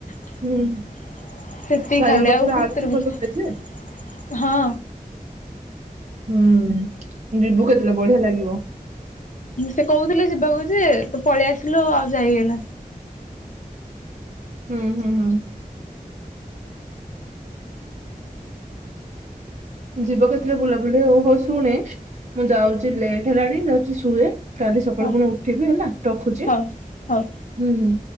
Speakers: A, on the left (about 55°); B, on the right (about 50°).
A: ସେତିକି
B: ହୁଁ ସାଇବାବାଙ୍କର
A: ଖାଲେ ଆଉ ଭିତରୁକୁ
B: ଆଳତି ଭଲ
A: ଭିତ
B: ହୁଏ ଯେ
A: ହଁ
B: ହୁଁ ଯିବୁ କେତେଲେ ବଢିଆ ଲାଗିବ।
A: ସେ କହୁଥିଲେ ଯିବାକୁ ଯେ ତୁ ପଳେଇ ଆସିଲୁ ଆଉ ଯାଇହେଲାନି।
B: ହୁଁ ହୁଁ ହୁଁ। ଯିବ କେତେରେ ବୁଲାବୁଲି ଓହୋ ଶୁଣେ ମୁଁ ଯାଉଛି ଲେଟ୍ ହେଲାଣି ଯାଉଛି ଶୁଏ କାଲି ସକାଳୁ
A: ହଉ
B: ପୁଣି ଉଠିବି ହେଲା ରଖୁଛି
A: ହଉ
B: ହୁଁ
A: ହଉ।
B: ହୁଁ।